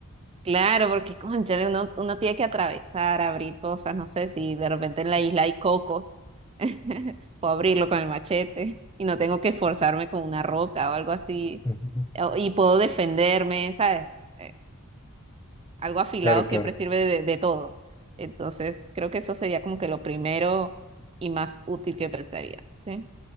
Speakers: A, on the right (about 25°); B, on the left (about 20°).
A: Claro, porque cónchale, uno, uno tiene que atravesar, abrir cosas, no sé si de repente en la isla hay cocos, <laughs> puedo abrirlo con el machete y no tengo que esforzarme con una roca o algo así
B: Ujú.
A: o- y puedo defenderme, ¿sabes? Eh, algo afilado
B: Claro,
A: siempre
B: claro.
A: sirve de, de todo. Entonces, creo que eso sería como que lo primero y más útil que pensaría, ¿sí?